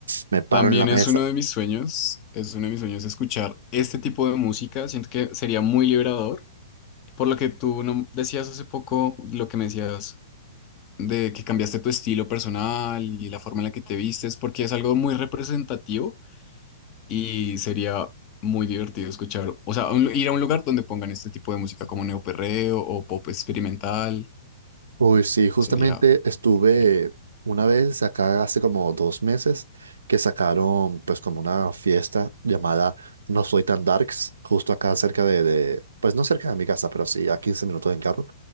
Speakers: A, on the right; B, on the left.
A: Me paro
B: También
A: en la mesa.
B: es uno de mis sueños, es uno de mis sueños escuchar este tipo de música. Siento que sería muy liberador. Por lo que tú no- decías hace poco, lo que me decías de que cambiaste tu estilo personal y la forma en la que te vistes, porque es algo muy representativo y sería muy divertido escuchar. O sea, un lu- ir a un lugar donde pongan este tipo de música como neoperreo o pop experimental
A: Uy, sí, justamente
B: sería
A: estuve
B: genial.
A: una vez acá hace como dos meses que sacaron pues como una fiesta llamada No Soy Tan Darks, justo acá cerca de, de- pues no cerca de mi casa, pero sí a 15 minutos en carro.